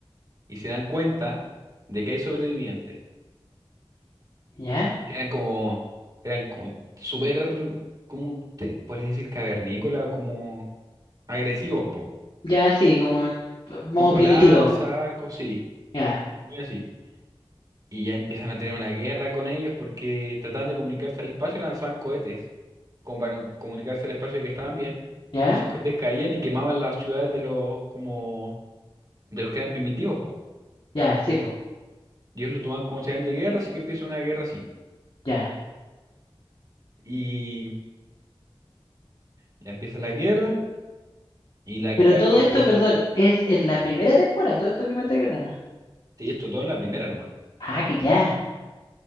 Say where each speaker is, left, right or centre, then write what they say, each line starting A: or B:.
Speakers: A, on the right; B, on the left.
A: Y se dan cuenta de que hay sobrevivientes,
B: Ya,
A: que eran como, eran como súper, como, te, puedes decir, cavernícola, como agresivos, po.
B: ya, sí, como en modo
A: Tipo
B: primitivo.
A: lanza, arco, sí,
B: Ya,
A: muy así. y ya empiezan a tener una guerra con ellos porque trataban de comunicarse al espacio y lanzaban cohetes como para comunicarse al espacio de que estaban bien.
B: ya,
A: Y esos cohetes caían y quemaban las ciudades de los como de los que eran primitivos, po.
B: ya, sí, po.
A: Y ellos lo tomaban como señal de guerra, así que empieza una guerra así.
B: Ya.
A: Y <clears throat> ya empieza la guerra y la
B: Pero
A: Clark
B: todo
A: empieza.
B: esto, perdón, es en la primera temporada, todo esto que me está contando.
A: Sí, esto todo en la primera nomás.
B: Ah, que ya.